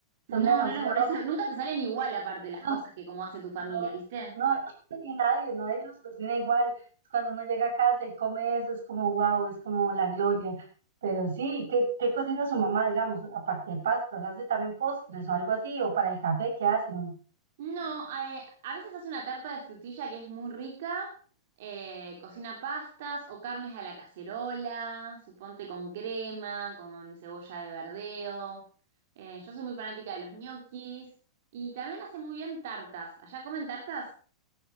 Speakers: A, on the right; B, on the right.
A: No,
B: Son demasiados
A: no los volvés a... Nunca te salen igual aparte las
B: <laughs> no,
A: cosas que como hace tu familia,
B: no,
A: ¿viste?
B: no, <laughs> y nadie, nadie los cocina igual. Es Cuando uno llega a casa y come eso, es como wow, es como la gloria. Pero sí, ¿qué, qué cocina su mamá, digamos, aparte de pastas? ¿Hace también postres o algo así? ¿O para el café qué hacen?
A: No, eh, a veces hace una tarta de frutilla que es muy rica, eh, cocina pastas o carnes a la cacerola, suponte con crema, con cebolla de verdeo. Eh, yo soy muy fanática de los ñoquis y también hace muy bien tartas. ¿Allá comen tartas?